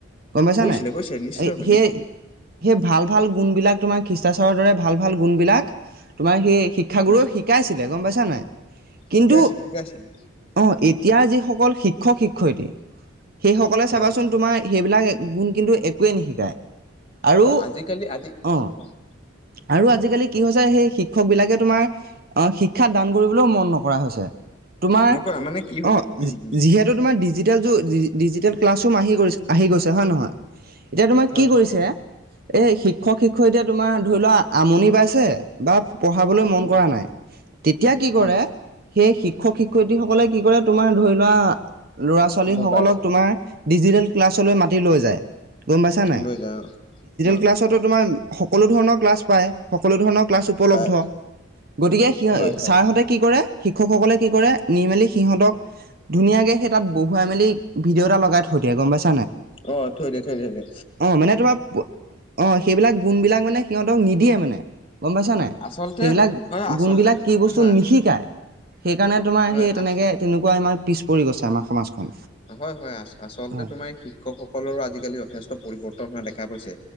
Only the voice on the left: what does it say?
কৰিছিলে,
কৰিছিলে নিশ্চয়।
হা
শিকাইছিলে শিকাইছিলে
হয়
অ', আজিকালি আজি হয়,
হয়।
নকৰা মানে কি হয়
উম উম
হয়
হয়
উম
উম
মোবাইল
লৈ যায় অ অ
তাই
হয় হয়
অ', থৈ দিয়ে থৈ দে, থৈ দে।
আচলতে
হয় আচলতে
হয়
হয়
আ
হয়, হয় আ-আচলতে
তোমাৰ শিক্ষকসকলৰো আজিকালি যথেষ্ট পৰিৱৰ্তন হোৱা দেখা গৈছে।